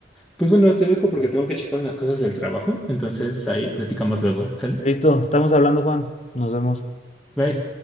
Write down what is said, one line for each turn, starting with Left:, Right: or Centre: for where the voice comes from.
Centre: Pues bueno, te dejo porque tengo que checar unas cosas del trabajo, entonces ahí platicamos luego, ¿sale?
Left: Listo, estamos hablando, Juan. Nos vemos.
Centre: Bye.